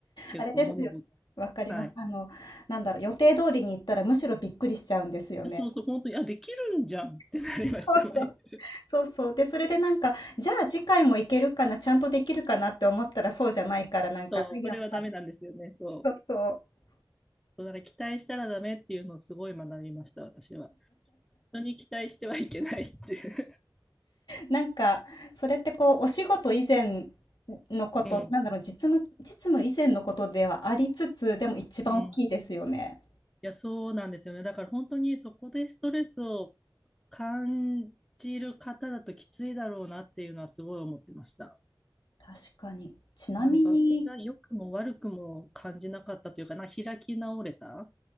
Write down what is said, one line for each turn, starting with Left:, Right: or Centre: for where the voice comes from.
Centre: 結構物事。
Left: あれですよ。わかります。
Centre: はい。
Left: あの、なんだろう、予定通りに行ったらむしろびっくりしちゃうんですよね。
Centre: で、そうそう、本当に、あ、できるんじゃんってなりました。
Left: <laughs> そうそう。
Centre: 毎回
Left: そうそう。で、それでなんか、じゃあ次回も行けるかな、ちゃんとできるかなって思ったらそうじゃないから、なんか、
Centre: そう、
Left: あやっぱり。
Centre: それはダメなんですよね。そう。
Left: そうそう。
Centre: そうだから期待したらダメっていうのをすごい学びました、私は。人に期待してはいけないって。
Left: なんか、それってこう、お仕事以前のこと、
Centre: うん。
Left: なんだろう、実務、実務以前のことではありつつ、でも一番大きいですよね。
Centre: うん。いや、そうなんですよね。だから本当にそこでストレスを感じる方だときついだろうなっていうのはすごい思ってました。
Left: 確かに。ちなみに、
Centre: なんか私は良くも悪くも感じなかったというかな、開き直れた。